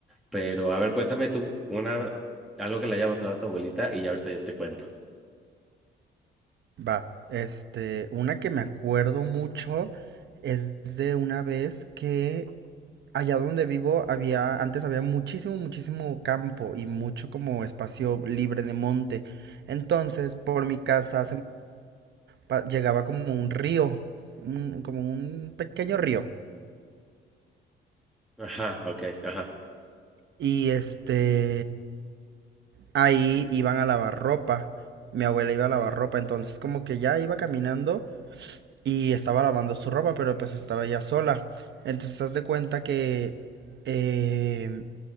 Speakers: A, in the centre; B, on the right.
A: Pero, a ver, cuéntame tú una, algo que le haya pasado a tu abuelita y ya ahorita yo te cuento.
B: Va, este, una que me acuerdo mucho es de una vez que allá donde vivo había, antes había muchísimo, muchísimo campo y mucho como espacio monte. En mi campo pa- va como un río, un- como un pequeño río.
A: Ajá, ok, ajá.
B: Y este, ahí iban a lavar ropa. Mi abuela iba a lavar ropa, entonces como que ya iba caminando y estaba lavando su ropa, pero pues estaba ya sola. Entonces haz de cuenta que... em,